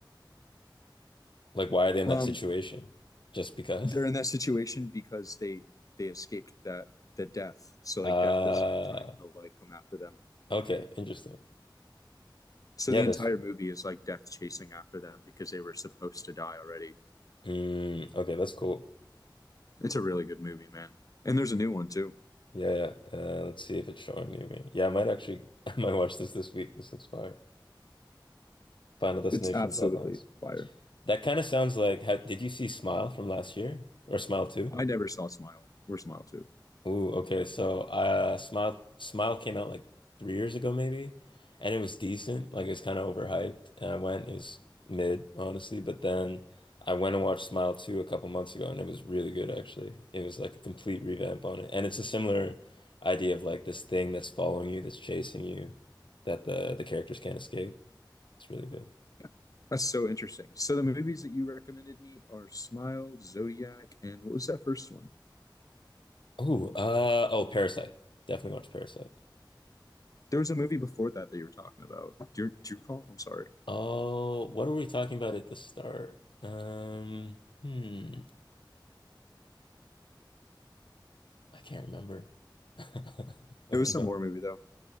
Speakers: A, on the left (about 80°); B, on the left (about 45°).
A: like why are they in
B: um
A: that situation? Just because?
B: they're in
A: <laughs>
B: that situation because they they escaped that the death. So
A: Uh,
B: like death is like trying to like come after them.
A: okay, interesting.
B: So
A: Yeah,
B: the
A: that's
B: entire movie is like death chasing after them because they were supposed to die already.
A: mm, okay, that's cool.
B: It's a really good movie, man. And there's a new one too.
A: Yeah, yeah. Uh, let's see if it's showing near me. Yeah, I might actually, <laughs> I might watch this this week. This looks fire. Final Destination
B: It's absolutely
A: Bloodlines.
B: fire.
A: That kind of sounds like, how, did you see Smile from last year or Smile 2?
B: I never saw Smile or Smile Two.
A: Ooh, okay. So, uh, Smile Smile came out like three years ago, maybe, and it was decent. Like it was kind of overhyped, and I went. It was mid, honestly. But then I went and watched Smile 2 a couple months ago, and it was really good, actually. It was like a complete revamp on it, and it's a similar idea of like this thing that's following you, that's chasing you, that the the characters can't escape. It's really good.
B: Yeah. That's so interesting. So the movies that you recommended me are Smile, Zodiac, and what was that first one?
A: Ooh, uh, oh, Parasite. Definitely watch Parasite.
B: There was a movie before that that you were talking about. Do you, do you recall? I'm sorry.
A: Oh, what were we talking about at the start? Um, hmm. I can't remember. <laughs> Oh
B: It was some
A: no.
B: horror movie though.